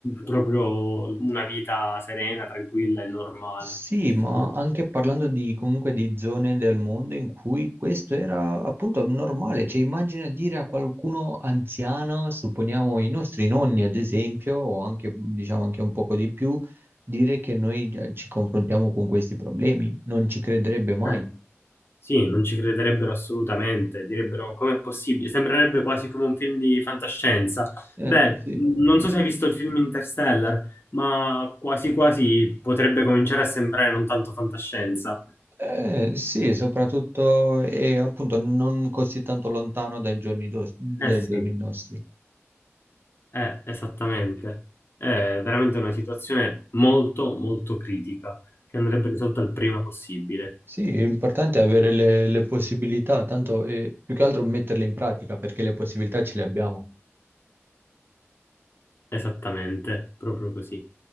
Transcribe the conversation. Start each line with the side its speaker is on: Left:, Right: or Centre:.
Left: proprio una vita serena, tranquilla e normale.
Right: Sì, ma
Left: Eh,
Right: anche parlando di, comunque di zone del mondo in cui questo era appunto normale, cioè immagina dire a qualcuno anziano, supponiamo i nostri nonni ad esempio, o anche diciamo anche un poco di più, dire che noi già ci confrontiamo con questi problemi, non ci crederebbe mai.
Left: eh, Sì, non ci crederebbero assolutamente, direbbero com'è possibile, sembrerebbe quasi come un film di fantascienza.
Right: Eh,
Left: Beh,
Right: sì.
Left: non so se hai visto il film Interstellar, ma quasi quasi potrebbe cominciare a sembrare non tanto fantascienza.
Right: Eh, sì, soprattutto e appunto non così tanto lontano dai giorni, dos- dai
Left: Eh sì,
Right: giorni nostri.
Left: eh, esattamente. È veramente una situazione molto, molto critica, che andrebbe risolta il prima possibile.
Right: Sì, l'importante è avere le, le possibilità, tanto eh, più che altro metterle in pratica perché le possibilità ce le abbiamo.
Left: Esattamente, proprio così.